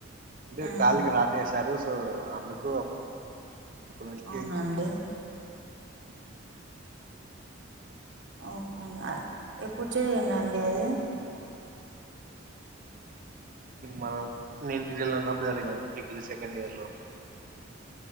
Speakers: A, on the right; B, on the right.
A: అంటే
B: ఉమ్
A: కాలుకి రాడ్ ఎసారు సో అందుకు అప్పటి నుంచి
B: అవునండి ఓకే అండి ఎప్పుడు జరిగింది అండి అది
A: మనం నేను డిగ్రీలో ఉన్నప్పుడు జరిగింది డిగ్రీ సెకండ్ ఇయర్ లో ఉ